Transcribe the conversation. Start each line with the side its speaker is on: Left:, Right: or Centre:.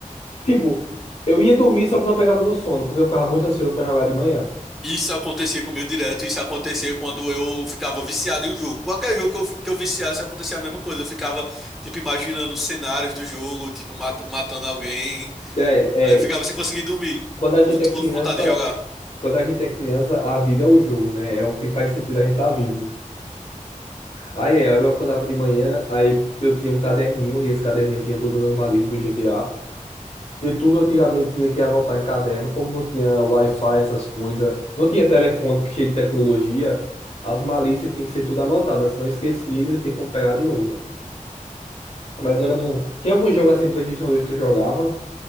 Left: Tipo, eu ia dormir, só que não pegava no sono, porque eu ficava muito ansioso pra jogar de manhã.
Centre: Isso acontecia comigo direto, isso acontecia quando eu ficava viciado em um jogo. Qualquer jogo que eu, que eu viciasse, acontecia a mesma coisa. Eu ficava, tipo, imaginando os cenários do jogo, tipo, mata- matando alguém.
Left: É,
Centre: Aí eu ficava
Left: é,
Centre: sem conseguir dormir,
Left: quando a
Centre: com,
Left: gente é criança,
Centre: com vontade de jogar.
Left: quando a gente é criança, a vida é o jogo, né? É o que faz sentido a gente estar vivo. Aí é, eu acordava de manhã, aí eu tinha um caderninho, e esse caderninho tinha todas as malícias do GTA. Porque tudo antigamente tinha que anotar em caderno, como não tinha Wi-Fi, essas coisas, não tinha telefone que cheio de tecnologia, as malícias tinham que ser tudo anotadas, senão esquecia e não tinha como pegar de novo. Mas
Centre: Uhum.
Left: era bom. Tinha algum jogo assim do PlayStation 2 que tu jogava?